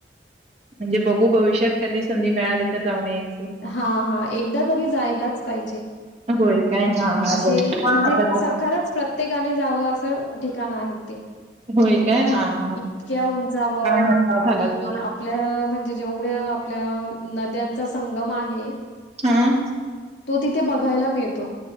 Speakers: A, on the right; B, on the left.
A: म्हणजे बघू भविष्यात कधी संधी मिळाली तर जाऊन येईन.
B: हा हा एकदा तरी जायलाच पाहिजे.
A: होय काय? हां, हां
B: अेसे
A: बघू
B: म्हणजे
A: जरा
B: स खरंच प्रत्येकाने जावं असं. ठिकाण आहेत ते.
A: होय काय हा हा.
B: इतक्या उंचावर
A: मोठा
B: आणि
A: झाला तर.
B: आपल्या म्हणजे जेवढ्या आपल्या नद्या चा संगम आहे
A: हां,
B: तो तिथे बघायला मिळतो.